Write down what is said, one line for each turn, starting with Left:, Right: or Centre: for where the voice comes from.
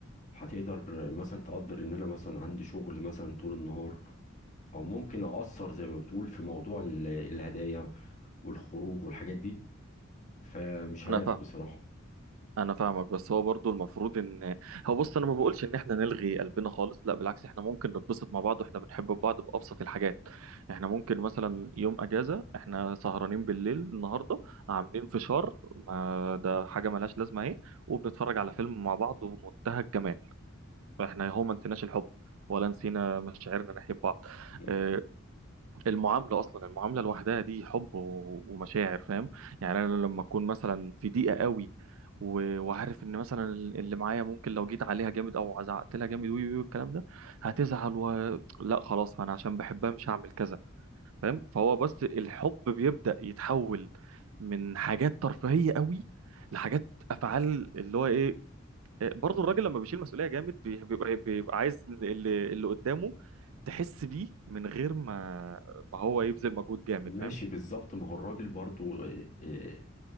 Left: هتقدر مثلا تقدر ان انا مثلا عندي شغل مثلا طول النهار او ممكن اقصر زي ما بتقول في موضوع ال- الهدايا والخروج والحاجات دي فمش عارف
Right: انا
Left: بصراحة
Right: انا فاهمك بس هو برضو المفروض ان هو بص انا ما بقولش ان احنا نلغي قلبنا خالص لا بالعكس احنا ممكن نتبسط مع بعض واحنا بنحب بعض بابسط الحاجات احنا ممكن مثلا يوم اجازه احنا سهرانين بالليل النهارده عاملين فشار ما ده حاجه ملهاش لازمه اهي وبنتفرج على فيلم مع بعض ومنتهى الجمال فاحنا هو ما نسيناش الحب ولا نسينا مشاعرنا ناحيه بعض
Left: مم.
Right: آه، المعاملة أصلا المعاملة لوحدها دي حب و- ومشاعر فاهم يعني أنا لما أكون مثلا في ضيقة قوي و- وعارف إن مثلا اللي معايا ممكن لو جيت عليها جامد أو زعقت لها جامد وي وي والكلام ده هتزعل و... لا خلاص فأنا عشان بحبها مش هعمل كذا فاهم فهو بس الحب بيبدأ يتحول من حاجات ترفيهية قوي لحاجات أفعال اللي هو إيه برضه الراجل لما بيشيل مسؤولية جامد بي- بيبقى بيبقى عايز اللي اللي قدامه تحس بيه من غير ما ما هو يبذل مجهود جامد
Left: ماشي
Right: فاهم
Left: بالظبط ما هو الراجل برضو آه، آه،